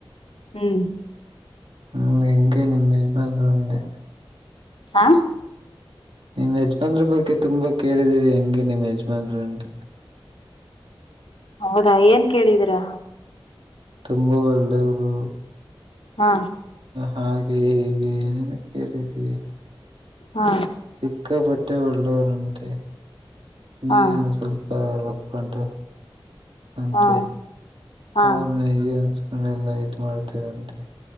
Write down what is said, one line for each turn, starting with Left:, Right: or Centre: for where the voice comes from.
Left: ಹ್ಮ್
Right: ಹ್ಮ್ ಹೆಂಗೆ ನಿಮ್ಮ್ ಯಜಮಾನ್ರು. ಅಂದೆ
Left: ಹಾ
Right: ನಿಮ್ ಯಜಮಾನ್ರು ಬಗ್ಗೆ ತುಂಬ ಕೇಳಿದೀವಿ ಹೆಂಗೆ ನಿಮ್ ಯಜ್ಮಾನ್ರು ಅಂತ.
Left: ಹೌದಾ ಏನ್ ಕೇಳಿದೀರಾ.
Right: ತುಂಬಾ ಒಳ್ಳೆಯವರು.
Left: ಹಾ
Right: ಹಾಗೆ ಹೀಗೆ ಏನೇನೊ ಕೇಳಿದ್ದಿವಿ.
Left: ಹಾ
Right: ಸಿಕ್ಕಾಪಟ್ಟೆ ಒಳ್ಳೆವ್ರಂತೆ ನೀವೆ
Left: ಹಾ
Right: ಒಂದ್ ಸ್ವಲ್ಪ <unintelligible> ಫಂಟ ಅಂತೆ
Left: ಹಾ ಹಾ
Right: ಅವ್ರನ ಅಯ್ಯೋ <unintelligible> ನೆಲ್ಲ ಇ ಮಾಡ್ತೀರಂತೆ.